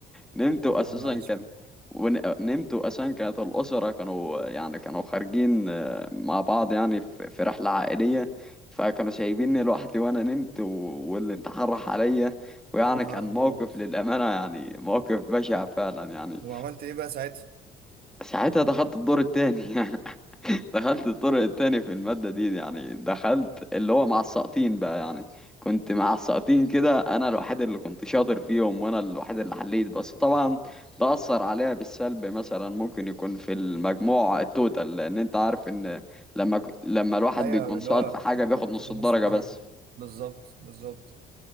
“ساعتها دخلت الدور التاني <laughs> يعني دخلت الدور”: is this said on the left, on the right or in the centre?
Centre